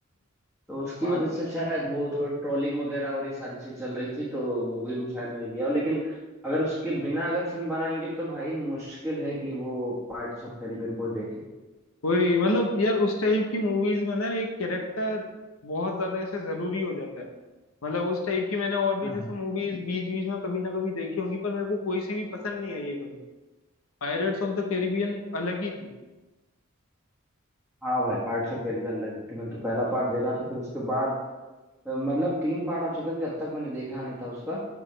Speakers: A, in the centre; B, on the left.
A: तो उसकी
B: बा-
A: वजह से शायद वो थोड़ी ट्रोलिंग वगैरह और ये सारी चीज चल रही थी तो मूवी में शायद नहीं लिया लेकिन अगर उसके बिना अगर फिल्म बनाएंगे तो भाई मुश्किल है कि वो पार्ट्स ऑफ कैरिबियन को देखे
B: वही मतलब यार उस टाइप की मूवीज में ना एक कैरेक्टर बहुत ज्यादा ऐसे जरूरी हो जाता है मतलब उस टाइप की मैंने और भी
A: हाँ
B: जैसे मूवीज बीच बीच में कभी ना कभी देखी होंगी पर मेरे को कोई सी भी पसंद नहीं आई है कभी पायरेट्स ऑफ द कैरिबियन अलग ही थी
A: हाँ भाई पार्ट्स ऑफ कैरिबियन लगी थी मैंने तो पहला पार्ट देखा तो फिर उसके बाद मतलब तीन पार्ट आ चुके थे जब तक मैंने देखा नहीं था उसका